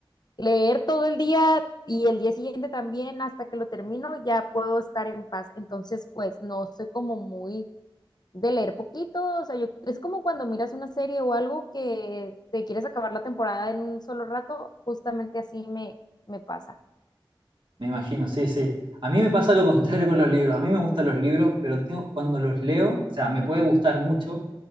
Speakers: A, on the left; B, on the right.
A: leer todo el día y el día siguiente también hasta que lo termino ya puedo estar en paz, entonces pues no soy como muy de leer poquito, o sea, yo, es como cuando miras una serie o algo que te quieres acabar la temporada en un solo rato, justamente así me, me pasa.
B: Me imagino, sí, sí. A mí me pasa lo contrario con los libros. A mí me gustan los libros, pero tengo, cuando los leo, o sea, me puede gustar mucho,